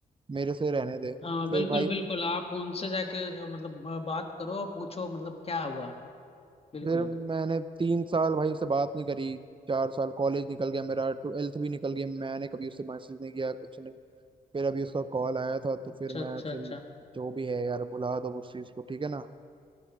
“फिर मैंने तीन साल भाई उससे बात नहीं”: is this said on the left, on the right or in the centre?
Right